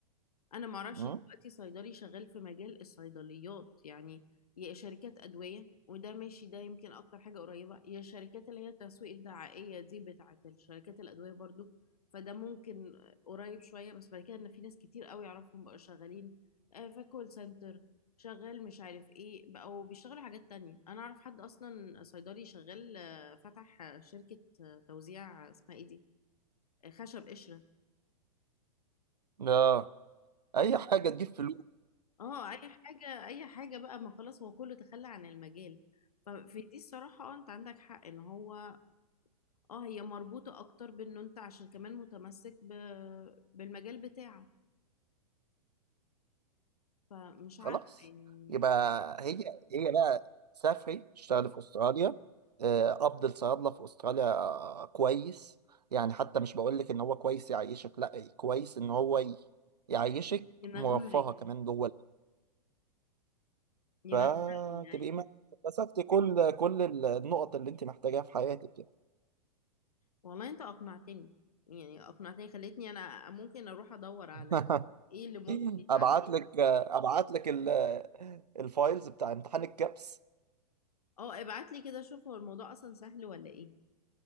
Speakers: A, on the left (about 65°); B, on the right (about 75°).
A: انا معرفش
B: أمم؟
A: دلوقتي صيدلي شغال في مجال الصيدليات يعني يا شركات ادويه وده ماشي ده يمكن اكتر حاجه قريبه يا شركات اللي هي التسويق الدعائيه دي بتاعه الشركات الادويه برضو فده ممكن قريب شويه بس بعد كده ان في ناس كتير قوي اعرفهم بقوا شغالين آه، في كول سنتر شغال مش عارف ايه او بيشتغلوا حاجات تانية انا اعرف حد اصلا صيدلي شغال آه، فتح آه، شركه آه، توزيع آه، اسمها ايه دي آه، خشب قشره
B: اه أي حاجة تجيب فلوس
A: اه اي حاجه اي حاجه بقى ما خلاص هو كله تخلى عن المجال ففي دي الصراحه اه انت عندك حق ان هو اه هي مربوطه اكتر بانه انت عشان كمان متمسك ب... بالمجال بتاعك فمش
B: خلاص
A: عارفه يعني
B: يبقى هي هي بقى سافري اشتغلي في استراليا آه، قبض الصيادله في استراليا آه، كويس يعني حتى مش بقول لك ان هو كويس يعيشك لا كويس ان هو ي- يعيشك
A: ينغنغك
B: مرفهه كمان جوه البيت.
A: ينغنغني
B: فتبقي
A: يعني
B: ما مسكتي كل كل النقط اللي انت محتاجاها في حياتك يعني
A: والله انت اقنعتني يعني اقنعتني خلتني انا ممكن اروح ادور على
B: <laughs>
A: ايه اللي ممكن يتعمل
B: ابعت لك ابعت لك ال- الفايلز بتاع امتحان الكابس
A: اه ابعت لي كده شوف هو الموضوع اصلا سهل ولا ايه